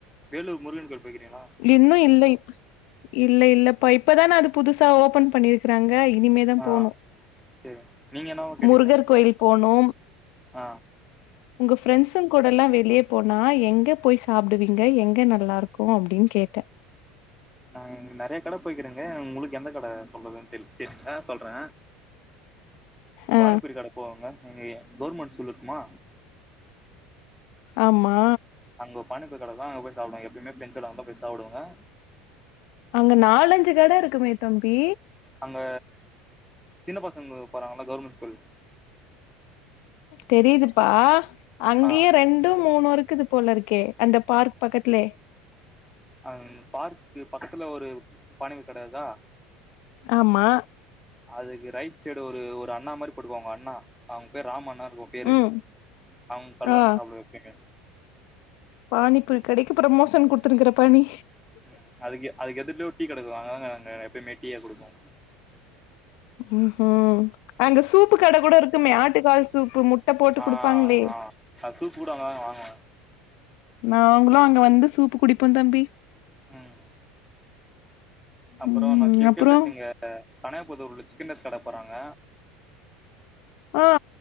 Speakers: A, in the centre; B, on the left (about 55°).
A: வேலூர் முருகன் கோயில் போயிருகீங்களா
B: இன்னு இல்லை இல்ல இல்லப்ப இப்பதானா அது புதுசா ஓபன் பண்ணிருக் க்கறாங்க இனிமேதா
A: ஆ
B: போனு
A: சேரி நீங்க என்னவோ கேட்டீங்க
B: முருகர் கோயில் போனு
A: ஆ
B: உங்க ஃப்ரெண்ட்ஸுங்க கூட எல்லா வெளியே போனா எங்க போய் சாப்டுவீங்க எங்க நல்லா இருக்கு அப்டின்னு கேட்டே
A: நா இங்க நெறைய கட போய்கிறேங்க உங்களுக்கு எந்த கட சொல்லறதுன்னு தெரி சேரி ஆ சொல்றே
B: ஆ
A: பானிப்புரி கட போவாங்க அங்க கவர்மெண்ட் ஸ்கூல் இருக்குமா
B: ஆமா
A: அங்க பணிப்புரி கட இருக்கு அங்க போய் சாப்டுவங்க எப்பயுமே பிரெண்டசோட அங்க தா போய் சாப்டுவங்க
B: அங்க நாலஞ்சு கட இருக்குமே தம்பி
A: அங்க சின்ன பசங்க போறாங்கா கவர்மெண்ட் ஸ்கூல்
B: தெரியுதுப்பா அங்கயே
A: ஆ
B: ரெண்டு மூணு இருக்குது போல இருக்கே அந்த பார்க் பக்கத்துலே
A: ஆ பார்க்கு பக்கத்துல ஒரு மாரி பூரி கட இருக்கா
B: ஆமா
A: அதுக்கு ரைட் சைடு ஒரு ஒரு அண்ணா மாரி போட்டுருக்கு அவங்க அண்ணா அவங்க பேர் ராம் அண்ணானு <unintelligible> பேரு
B: ம்
A: அவங்க கடைலதா
B: ஆ
A: நா சாப்டுவே எப்பிமே
B: பானி பூரி கடைக்கு புரமோஷன் குடுத்துருக்கறப்பா நீ
A: ம் அதுக்கு அதுக்கு எதுரலய ஒரு டீ கட இருக்கு அங்கதங்க நாங்க எப்பயுமே டீய குடிப்போ
B: ம்ஹும் அங்க
A: ம்
B: சூப்பு கட கூட இருக்குமே ஆட்டுக்கால் சூப்பு முட்ட போட்டு
A: ஆ
B: குடுப்பாங்களே
A: ஆ அது சூப் கூட அங்கதாங்க வாங்குவ
B: நாங்களு அங்க வந்து சூப்பு குடிப்போ தம்பி
A: ம் அப்றோ
B: ம்
A: சிக்கன்
B: அப்றோ
A: ரைஸ் இங்க கனையபுத்தூர்ல சிக்கன் ரைஸ் கட போட்றாங்க
B: ஆ